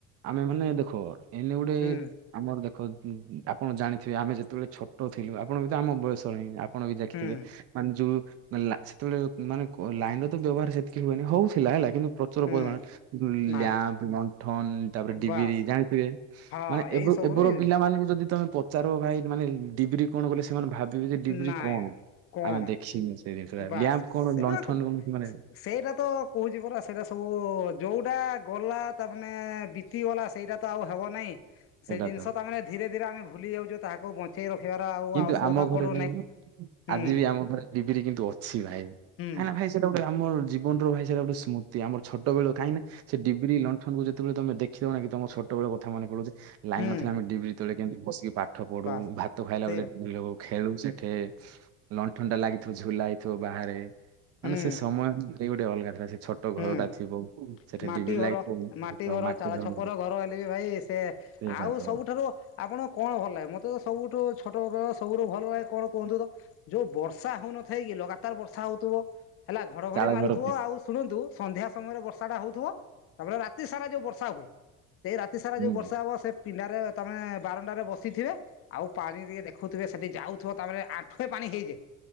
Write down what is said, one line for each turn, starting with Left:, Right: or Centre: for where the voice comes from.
Right: ଆମେ ମାନେ ଦେଖ ଏନ ଗୋଟେ
Left: ହୁଁ
Right: ଆମର ଦେଖ ଆପଣ ଜାଣିଥିବେ ଆମେ ଯେତେବେଳେ ଛୋଟ ଥିଲୁ ଆପଣ ବି ତ ଆମ ବୟସ ହିଁ ଆ ପଣ ବି ଦେଖିଥିବେ
Left: ହୁଁ
Right: ମାନେ ଯୋଉ ମାନେ ସେତେବେଳେ ମାନେ ଲାଇନ ବ୍ୟବହାର ସେତିକି ହୁଏନି ହଉଥିଲା ହେଲା କିନ୍ତୁ ପ୍ରଚୁର
Left: ହୁଁ
Right: ପରିମାଣ
Left: ନାଇଁ
Right: ଲ୍ୟାମ୍ପ ଲଣ୍ଠନ ତାପରେ ଡିବିରି
Left: ବାସ୍
Right: ଜାଣିଥିବେ।
Left: ହଁ
Right: ମାନେ ଏବେ
Left: ଏଇ ସବୁର
Right: ଏବେର
Left: ୟୁଜ
Right: ପିଲାମାନଙ୍କୁ ଯଦି ତମେ ପଚାର ଭାଇ ମାନେ ଡିବିରି କଣ ବୋଲି ସେମାନେ ଭାବିବେ ଯେ ଡିବ୍ରି
Left: ନାଇଁ
Right: କଣ
Left: କଣ
Right: ଆମେ ଦେଖିନୁ ସେ ଜିନିଷ ଟା
Left: ବାସ୍
Right: ଲ୍ୟାମ୍ପ କଣ
Left: ସେରା
Right: ଲଣ୍ଠନ କଣ? ମାନେ
Left: ସେଇଟା ତ କହୁଛି ପରା ସେଇ ରା ସବୁ ଯୋଉଟା ଗଲା ତାମାନେ ବି ତିଗଲା ସେଇରା ତ ଆଉ ହେବ ନାହିଁ।
Right: ସେଇଟା
Left: ସେ ଜିନିଷ
Right: ତ
Left: ତା ମାନେ ଧୀରେ ଧୀରେ ଆମେ ଭୁଲି ଯାଉଛୁ ତାହାକୁ ବଞ୍ଚେଇ ରଖିବାର ଆଉ
Right: କିନ୍ତୁ
Left: ଆବଶ୍ୟକତା। ପଡୁନାହିଁ
Right: <unintelligible>
Left: ହୁଁ
Right: ଆଜି ବି ଆମ ଘରେ ଡିବିରି କିନ୍ତୁ ଅଛି ଭାଇ
Left: ହୁଁ
Right: କାହିଁନା ଆମେ। ଭାଇ ସେ କଣ ଗୋଟେ ଆମର ଜୀବନର ଭାଇ ସେଟା ଗୋଟେ ସ୍ମୃତି ଆମର ଛୋଟବେଳ କାହିଁକିନା। ସେ ଡିବିରୀ ଲଣ୍ଠନକୁ ଯେତେବେଳେ ତମେ ଦେଖିଦବ ନା କି ତମ ଛୋଟବେଳ କଥା ମନେ ପଡୁଛି ଲାଇନ୍
Left: ହୁଁ
Right: ନଥିଲେ ଆମେ ଡିିବିର୍। ସେତେବେଳେ କେମତି ବସିକି ପାଠ ପଢୁ
Left: ବାସ୍
Right: ଭାତ ଖାଇଲା
Left: ସେଇରା
Right: ବେଳେ। <unintelligible> ଖେଳୁ ସେଠେ ଲଣ୍ଠନ୍ଟା ଲାଗିଥିବ ଝୁଲା ହେଇଥିବ ବାହାରେ।
Left: ହୁଁ
Right: ମାନେ ସେ ସମୟ ଭାଇ ଗୋଟେ ଅଲଗା ଥାଏ ସେ ଛୋ ଟ ଘର
Left: ହୁଁ
Right: ଟା ଥିବ ସେଠେ
Left: ମାଟି
Right: ଡିବିରି
Left: ଘର
Right: ଲାଗିଥିବ ମାଟି
Left: ଚାଳ
Right: ଘର।
Left: ଛପର ହେଲେ ବି ଭାଇ ସେ
Right: ସେଇଟା
Left: ଆଉ
Right: ତ
Left: ସବୁଠାରୁ ଆପଣଙ୍କୁ କଣ ଭଲ ଲାଗେ ମତେ ତ ସବୁଠୁ ଛୋଟ ବେଳ ସବୁଠୁ ଭଲ ଲାଗେ କଣ କୁହନ୍ତୁ ତ? ଯୋଉ ବର୍ଷା ହଉନଥାଏ କି ଲଗାତାର ବର୍ଷା ହଉଥୁବ ହେଲା ଘଡଘଡି
Right: ଚାଳ
Left: ମାରୁଥିବ
Right: ଘର
Left: ଆଉ। ଶୁଣନ୍ତୁ ସନ୍ଧ୍ୟା ସମୟରେ ବର୍ଷା ଟା ହଉଥୁବ ତାପରେ ରାତି ସାରା ଯୋଉ ବର୍ଷା ହୁଏ। ସେଇ ରାତି ସାରା
Right: ହୁଁ
Left: ଯୋଉ ବର୍ଷା ହବ ସେ। ପିଣ୍ଡାରେ ତମେ ବାରଣ୍ଡାରେ ବସିଥିବେ ଆଉ ପାଣି ଟିକେ ଦେଖୁଥିବେ ସେଠି ଯାଉ ଥୁବ ତାପରେ ଆଠୁଁଏ ପାଣି ହେଇଯାଏ